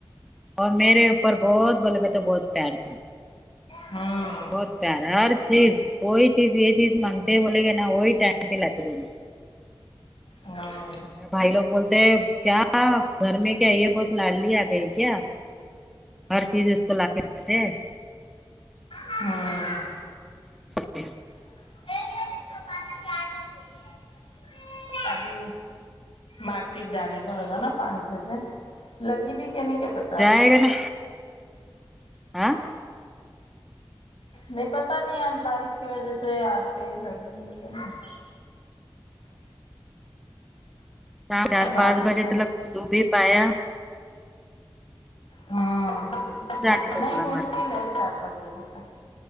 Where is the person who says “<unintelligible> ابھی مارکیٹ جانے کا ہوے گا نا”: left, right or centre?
Left